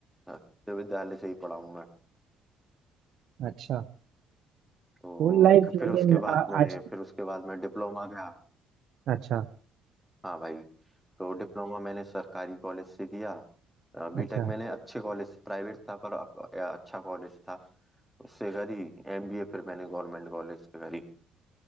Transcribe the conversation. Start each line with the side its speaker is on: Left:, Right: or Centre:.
Centre: हाँ, तो विद्यालय से ही पढ़ा हूँ मैं
Right: अच्छा
Centre: तो
Right: स्कूल लाइफ
Centre: फिर
Right: लेकिन
Centre: फिर उसके बाद
Right: आ, आज
Centre: मैंने फिर उसके बाद मैं डिप्लोमा गया
Right: अच्छा
Centre: हाँ भाई तो डिप्लोमा मैंने सरकारी कॉलेज से किया बीटेक
Right: अच्छा
Centre: मैंने अच्छे कॉलेज प्राइवेट था पर अ- अच्छा कॉलेज था उससे करी एमबीए फिर मैंने गवर्नमेंट कॉलेज से करी